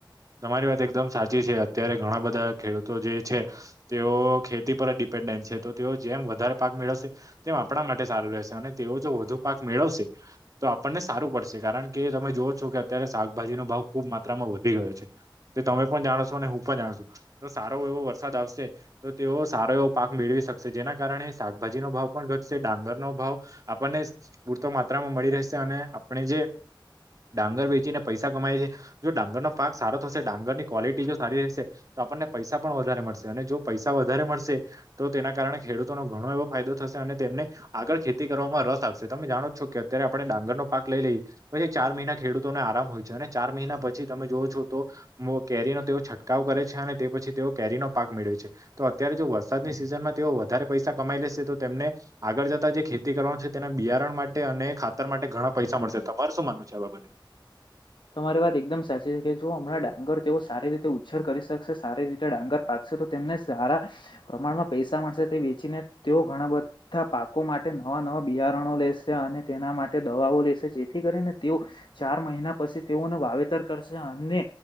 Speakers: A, on the right; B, on the left.
A: તમારી વાત એકદમ સાચી છે, અત્યારે ઘણા બધા ખેડૂતો જે છે, તેઓ ખેતી પર ડિ પેન્ડન્ટ છે, તો તેઓ જેમ વધારે પાક મેળવશે તેમ આપણા માટે સારું રહેશે અને તેઓ જો વધુ પાક મેળવશે તો આપણને સારું પડશે કારણ કે તમે જોઓ છો કે અત્યારે શાકભાજીનો ભાવ ખુબ માત્રામાં વધી ગયો છે. તે તમે પણ જાણો છો અને હું પણ જાણ છું તો સારો એવો વરસાદ આવશે તો તેઓ સારો એવો પાક મેળવી શકશે જેના કારણે શાકભાજીનો ભાવ પણ ઘટશે ડાંગરનો ભાવ આપણને પૂરતો માત્રામાં મળી રહેશે અને આપણે જે ડાંગર વેચીને પૈસા કમાયે છે, જો ડાંગરનોો પાક સારો થશે ડાંગરની ક્વોલિટી જો સારી રહેશે તો આપણને પૈસા પણ વધારે મળશે અને જો પૈસા વધારે મળશે તો તેના કારણે ખેડૂતોનો ઘણો એવો ફાયદો થશે અને તેમને આગળ ખેતી કરવામાં રસ આપશે તમે જાણો છો કે અત્યારે આપણે ડાંગરનો પાક લઈ લઈએ પછી ચાર મહિના ખેડૂતોને આરામ હોય છે, અને ચાર મહિના પછી તમે જોવો છો તો મો કેરીનો તેઓ છંટકાવ કરે છે, અને તે પછી તેઓ કેરીનો પાક મેળવે છે, તો અત્યારે જો વરસાદની સિઝનમાં તેઓ વધારે પૈસા કમાઈ લેશે તો તેમને આગળ જતા જે ખેતી કરવાનું છે, તેના બિયારણ માટે અને ને ખાતર માટે ઘણા પૈસા મળશે તમાર શું માનવ છે આ બાબતે?
B: તમારી વાત એકદમ સાચી છે, કે જો હમણાં ડાંગર તેઓ સારી રીતે ઉછેર કરી શકશે સારી રીતે ડાંગર પાકશે તો તેમને સારા પ્રમાણમાં પૈસા મળશે તે વેચીને તેઓ ઘણા બધા પાકો માટે નવા નવા બિયારણો લેશે અને તેના માટે દવાઓ લેશે જેથી કરીને તેઓ ચાર મહિના પછી તેઓનું વાવેતર કરશે અને